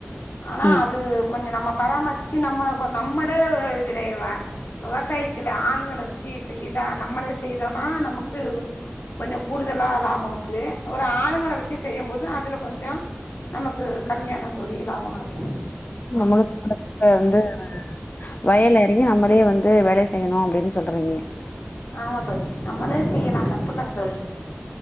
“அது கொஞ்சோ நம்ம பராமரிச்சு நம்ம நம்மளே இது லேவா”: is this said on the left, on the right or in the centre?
Left